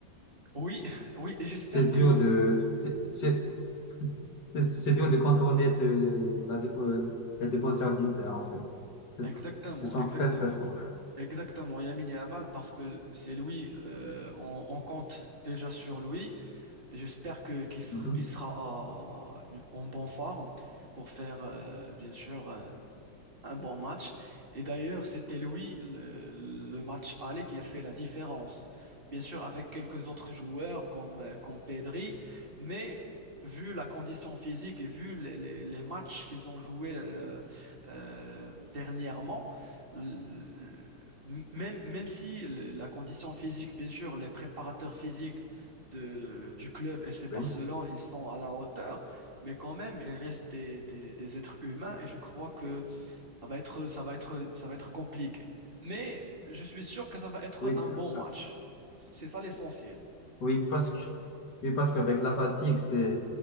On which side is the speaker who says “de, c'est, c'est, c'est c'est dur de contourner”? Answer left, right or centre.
Left